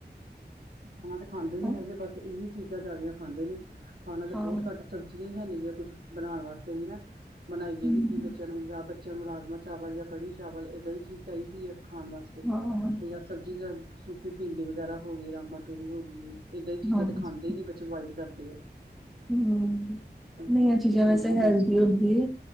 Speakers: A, on the right; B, in the centre.
A: ਖਾਣਾ ਤੇ ਖਾਂਦੇ ਨੀ
B: ਹਾਂ
A: ਹੈਗੇ ਬਸ ਇਹੀ ਚੀਜ਼ਾਂ ਜਾਆਦੀਆਂ ਖਾਂਦੇ ਨੀ ਖਾਣਾ ਤੇ
B: ਹਾਂ
A: ਬੋਤ ਘੱਟ <unintelligible> ਹੈਨੀ ਗਿਆ ਕੁੱਛ ਬਨਾਨ ਵਾਸਤੇ ਵੀ ਨਾ ਬਨਾਈਏ
B: ਹਮ,
A: ਵੀ ਕੀ ਬੱਚਿਆਂ ਨੂੰ ਜਾਂ ਬੱਚਿਆਂ ਨੂੰ ਰਾਜਮਾ ਚਾਵਲ ਯਾ ਕੜੀ ਚਾਵਲ ਏਦਾਂ ਹੀ ਚੀਜ਼ ਚਾਈਦੀ ਹੈ ਖਾਣ ਵਾਸਤੇ
B: ਹਾਂ ਹਾਂ
A: ਤੇ ਯਾ ਸਬਜ਼ੀ ਯਾ ਸੁਕਿ ਭਿੰਡੀ ਵਗੈਰਾ ਹੋ ਗੀ ਯਾ ਮਟਰੀ ਹੋ ਗੀ। ਏਦਾਂ ਦੀ ਚੀਜਾ
B: ਹਾਂਜੀ,
A: ਤੇ ਖਾਂਦੇ ਈ ਨੀ ਬੱਚੇ ਅਵਾਇਡ ਕਰਦੇ ਆ।
B: ਹੂੰ
A: ਹਾਂ,
B: ਨਈ ਐ ਚੀਜਾਂ
A: ਸਾਨੂੰ
B: ਵੈਸੇ
A: ਨੀ
B: ਹੈਲਦੀ
A: ਟੇਸਟੀ ਲੱਗਦੀ
B: ਹੁੰਦੀ ਏ।